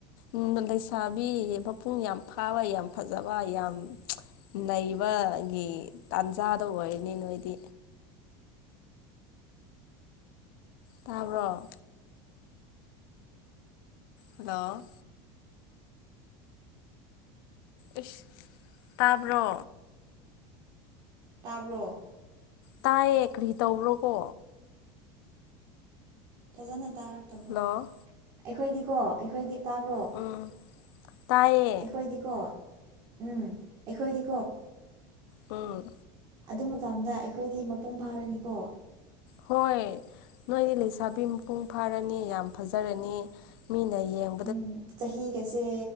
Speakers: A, on the left; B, on the right.
A: ꯎꯝ <unintelligible> ꯂꯩꯁꯥꯕꯤ ꯃꯄꯨꯡ ꯌꯥꯝ ꯐꯥꯕ ꯌꯥꯝ ꯐꯖꯕ ꯌꯥꯝ ꯂꯪꯕꯒꯤ ꯇꯥꯟꯖꯥꯗ ꯑꯣꯏꯔꯅꯤ ꯅꯣꯏꯗꯤ ꯇꯥꯕꯔꯣ ꯍꯂꯣ ꯑꯁ ꯇꯥꯕ꯭ꯔꯣ
B: ꯇꯥꯕ꯭ꯔꯣ
A: ꯇꯥꯏꯌꯦ ꯀꯔꯤ ꯇꯧꯕꯔꯣꯀꯣ
B: ꯐꯖꯅ ꯇꯥꯔꯛꯇꯕ
A: ꯍꯂꯣ
B: ꯑꯩꯈꯣꯏꯗꯤꯀꯣ ꯑꯩꯈꯣꯏꯗꯤ ꯇꯥꯕ꯭ꯔꯣ
A: ꯎꯝ ꯇꯥꯏꯌꯦ
B: ꯑꯩꯈꯣꯏꯗꯤꯀꯣ ꯎꯝ ꯑꯩꯈꯣꯏꯗꯤ
A: ꯑꯣ
B: ꯑꯗꯨ ꯃꯇꯝꯗ ꯑꯩꯈꯣꯏꯗꯤ ꯃꯄꯨꯡ ꯐꯥꯔꯅꯤꯀꯣ
A: ꯍꯣꯏ ꯅꯣꯏꯗꯤ ꯂꯩꯁꯥꯕꯤ ꯃꯄꯨꯡ ꯐꯥꯔꯅꯤ ꯌꯥꯝ ꯐꯖꯔꯅꯤ ꯃꯤꯅ ꯌꯦꯡ
B: ꯎꯝ ꯆꯍꯤꯒꯁꯦ